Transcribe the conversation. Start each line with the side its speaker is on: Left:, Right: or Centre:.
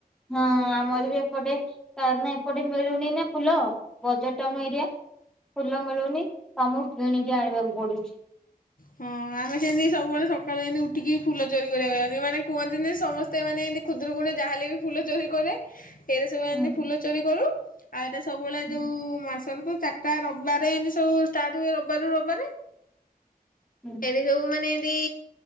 Centre: ହଁ ଆମର ବି ଏପଟେ କାରଣ ଏପଟେ ମିଳୁନି ନାଁ ଫୁଲ ବଜାର ଟାଉନ ଏରିଆ। ଫୁଲ ମିଳୁନି ତ ଆମୁକୁ କିଣିକି ଆଣିବାକୁ ପଡୁଚି।
Left: ହଁ ଆମେ ସେନ୍ତି ସବୁ ବେଳେ ସକାଳୁ ଏନ୍ତି ଉଠିକି ଫୁଲ ଚୋରି କରିବାକୁ ଯାନ୍ତି ମାନେ କୁହନ୍ତିନ ସମସ୍ତେ ମାନେ ଏନ୍ତି ଖୁଦୁରୁକୁଣି ଯାହା ହେଲେ ବି ଫୁଲ ଚୋରି କରେ। ଏଇରା ସବୁ ଏନ୍ତି
Centre: ହୁଁ
Left: ଫୁଲ ଚୋରି କରୁ। ଆ ଏରା ସ ସବୁ ବେଳେ
Centre: ହୁଁ
Left: ଯୋଉ ମାସ୍ ତେବେ ତ ଚାରିଟା ରବିବାରେ ଏନ୍ତି ସବୁ ଷ୍ଟାର୍ଟ ହୁଏ ରବିବାରେ କୁ ରବିବାରେ।
Centre: ହୁଁ
Left: ଏବେ ସବୁ ମାନେ ଏଇ